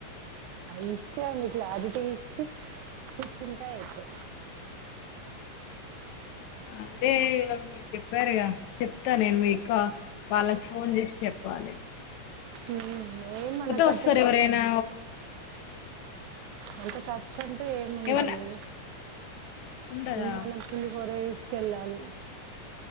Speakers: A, on the right; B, on the left.
A: ఇచ్చే అడి క్లారిటీ ఇచ్చి చూసుంటాతే
B: అదే మీరు చెప్పారుగా చెప్తా నేను మీకా వాళ్ళకి ఫోన్ చేసి చెప్ పాలి
A: నే మన కత
B: వస్తారు ఎవరైనా
A: అంత కా చ్చ అంటూ ఏమి ఉండదు
B: ఏమన్నా ఉండదా
A: మనం పులి పరే కెళ్ళాలి